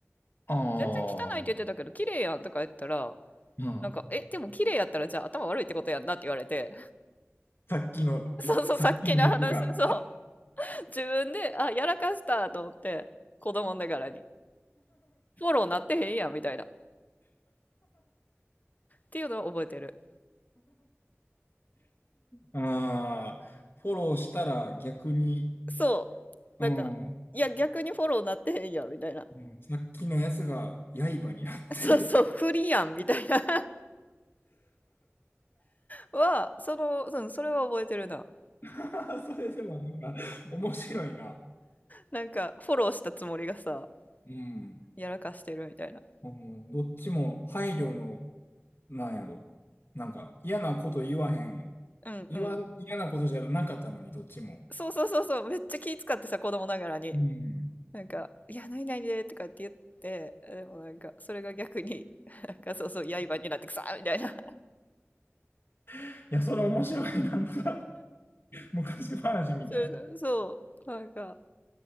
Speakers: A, on the left; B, on the left.
A: ああ、
B: 全然汚いって言ってたけど、綺麗やんとか言ったら、
A: うん。
B: なんか、え、でも綺麗やったらじゃあ頭悪いってことやんなって言われて、
A: さっきの、
B: <laughs> そうそう、
A: さっきのやつが。
B: さっきの話、そう、自分で、あ、やらかしたと思って、子供ながらに、フォローなってへんやんみたいな、っていうのを覚えてる。
A: ああ、フォローしたら逆に、
B: そう、
A: うん、
B: なんか、
A: う
B: いや、逆にフォローなってへんやんみたいな。
A: んさっきのやつが刃になって
B: <laughs> そうそう、不利やんみたいな <laughs> は、その、うん、それは覚えてるな。
A: <laughs> それでもなんか面白いな。
B: なんか、フォローしたつもりがさ、
A: うん。
B: やらかしてるみたいな。
A: うんどっちも配慮のなんやろ。なんか、嫌なこと言わへん。
B: うんうん。
A: 言わ、嫌なことじゃなかったのに、どっちも。
B: そうそうそうそう、めっちゃ気使ってさ、子供ながらに。
A: うん。
B: なんか、いや、ないないでとかって言って、でもなんか、それが逆に、<laughs> なんか、そうそう、刃になってくさーみたいな。
A: いや、それ面白い。なんか、昔話みたい。
B: <laughs> そう、そうなんか、